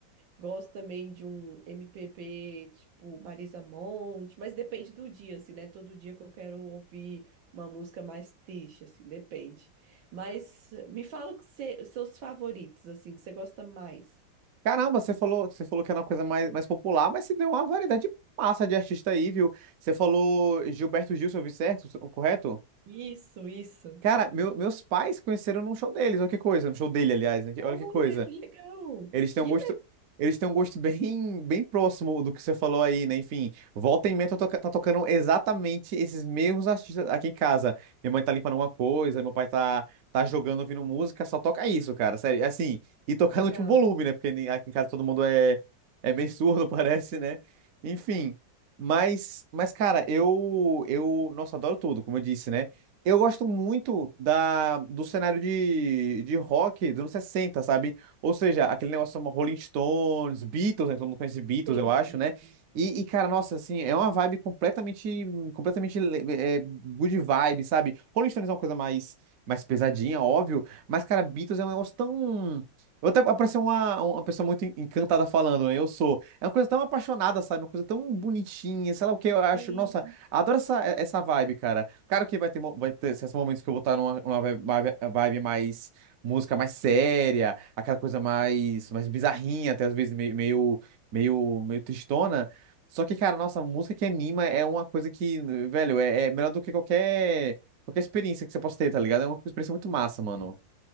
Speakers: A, on the right (about 80°); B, on the right (about 60°).
A: gosto também de um MPB tipo Marisa Monte, mas depende do dia, assim, né? Todo dia que eu quero ouvir uma música mais triste, assim, depende. Mas me fala que cê- os seus favoritos, assim, que você gosta mais.
B: Caramba, você falou, você falou que era uma coisa mais, mais popular, mas você deu uma variedade massa de artista aí, viu? Você falou Gilberto Gil, se eu ouvi certo, o correto?
A: Isso, isso.
B: Cara, meu- meus pais conheceram num show deles, olha que coisa, no show dele, aliás, né? Que-
A: Olha,
B: Olha que coisa.
A: que legal!
B: Eles
A: Que
B: têm um gosto, eles têm um gosto bem, bem próximo do que você falou aí, né? Enfim, volta e meia tá, toca- tá tocando exatamente esses mesmos artistas aqui em casa. Minha mãe tá limpando alguma coisa, meu pai tá, tá jogando, ouvindo música, só toca isso, cara. Sério, assim, e tocar
A: legal!
B: no último volume, né? Porque ni- aqui em casa todo mundo é, é meio surdo, <laughs> parece, né? Enfim, mas, mas cara, eu, eu, nossa, adoro tudo, como eu disse, né? Eu gosto muito da, do cenário de, de rock dos anos 60, sabe? Ou seja, aquele negócio chama Rolling Stones, Beatles, né? Todo mundo conhece Beatles,
A: Entendi.
B: eu acho, né? E, e, cara, nossa, assim, é uma vibe completamente, completamente é, é, good vibe, sabe? Rolling Stones é uma coisa mais, mais pesadinha, óbvio, mas, cara, Beatles é um negócio tão. Eu até parecia uma, uma pessoa muito encantada falando, né? Eu sou. É uma coisa tão apaixonada, sabe? Uma coisa tão bonitinha, sei lá o que eu acho.
A: Entendi.
B: Nossa, adoro essa, essa vibe, cara. Claro que vai ter, mo- vai ter esses momentos que eu vou estar numa, numa vibe uma vibe mais música mais séria, aquela coisa mais, mais bizarrinha, até às vezes meio, meio, meio, meio tristona. Só que, cara, nossa, a música que anima é uma coisa que, velho, é, é melhor do que qualquer, qualquer experiência que você possa ter, tá ligado? É uma experiência muito massa, mano.